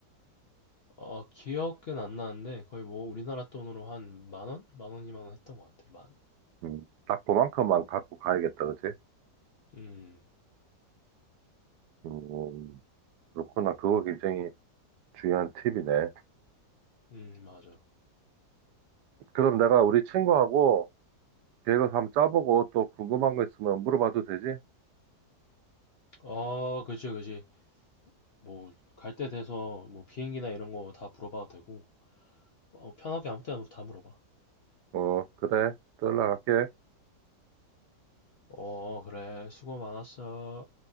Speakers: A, on the left; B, on the right.
A: 어, 기억은 안 나는데 거의 뭐 우리나라 돈으로 한 만 원? 만 원, 이만 원 했던 것 같아. 만.
B: 음, 딱 그만큼만 갖고 가야겠다, 그치?
A: 음,
B: 음, 그렇구나. 그거 굉장히 중요한 팁이네.
A: 음, 맞아.
B: 그럼 내가 우리 친구하고 계획을 한번 짜보고 또 궁금한 거 있으면 물어봐도 되지?
A: 아, 그지, 그지. 뭐, 갈 때 돼서 뭐 비행기나 이런 거 다 물어봐도 되고, 어, 편하게 아무 때나 다 물어봐.
B: 어, 그래. 또 연락할게.
A: 어, 그래. 수고 많았어.